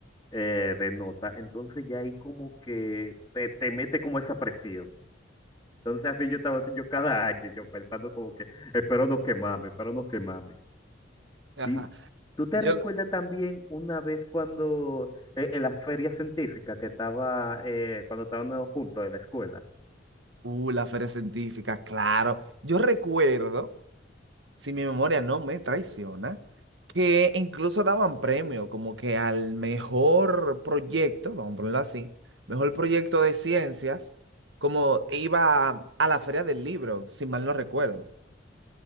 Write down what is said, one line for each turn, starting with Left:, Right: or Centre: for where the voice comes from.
Left: eh, de nota, entonces ya ahí como que te, te mete como esa presión. Entonces así yo estaba así yo cada año, yo pensando como que espero no quemarme, espero no quemarme.
Right: Ajá.
Left: Y tú te
Right: Yo,
Left: recuerdas también una vez cuando eh, en las ferias científicas que estaba, eh, cuando estábamos juntos en la escuela.
Right: uh, la feria científica, claro. Yo recuerdo si mi memoria no me traiciona, que incluso daban premio como que al mejor proyecto, vamos a ponerlo así, mejor proyecto de ciencias, como iba a la Feria del Libro, si mal no recuerdo.